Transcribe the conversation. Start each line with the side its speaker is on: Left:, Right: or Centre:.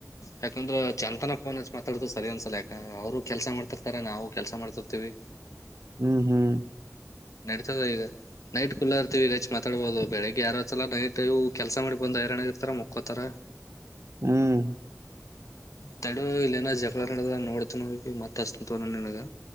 Left: ಯಾಕಂದ್ರೆ ಚಂತನ ಫೋನ್ಚ್ ಮಾತಾಡತ ಸರಿ ಒಂದ್ಸಲ ಯಾಕ ಅವರು ಕೆಲ್ಸ ಮಾಡ್ತಿರ್ತಾರೆ ನಾವು ಕೆಲ್ಸ ಮಾಡ್ತಿರ್ತಿೀವಿ
Right: ಹ್ಮ್ ಹ್ಮ್
Left: ನಡತದ ಈಗ ನೈಟ್ ಕುಲ್ಲಾ ಇರ್ತಿವಿ ಗಚ್ ಮಾತಾಡ್ಬೋದು ಬೆಳಿಗ್ಗೆ ಯಾರ ಸಲ ನೈಟ್ ಕೆಲ್ಸ ಮಾಡಿ ಬಂದ ಹೈರಾಣ್ಯ ಇರ್ತಾರ ಮುಕ್ಕೋತಾರ
Right: ಹ್ಮ್
Left: ತ ಇ ಏನ ಜಗಳ ನಡ ನೋ ಮತ್ತೆಷ್ಟತಂತ ನ ನಿನಗ